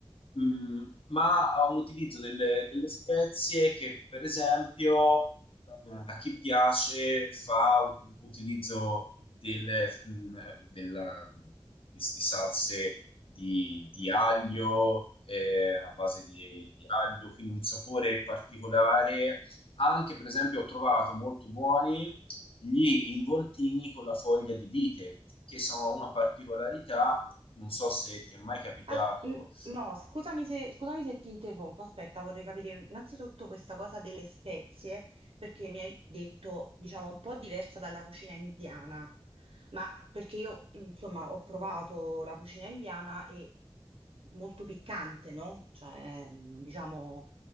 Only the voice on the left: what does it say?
Mm, ma ha un utilizzo delle, delle spezie che, per esempio, Mm. a chi piace fa un utilizzo delle, mh, della- di, di salse di, di aglio, eh, a base di, di aglio, quindi un sapore particolare. Anche, per esempio, ho trovato molto buoni gli involtini con la foglia di vite, che sono una particolarità, non so se ti è mai capitato